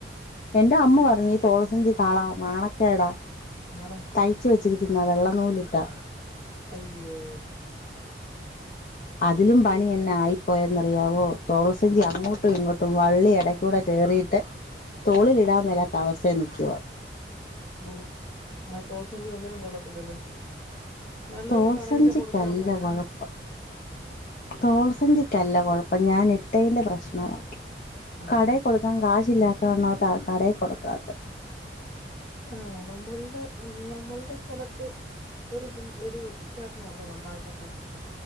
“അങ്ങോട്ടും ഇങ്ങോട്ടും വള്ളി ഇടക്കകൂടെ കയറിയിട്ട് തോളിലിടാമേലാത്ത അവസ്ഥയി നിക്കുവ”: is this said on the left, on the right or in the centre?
Left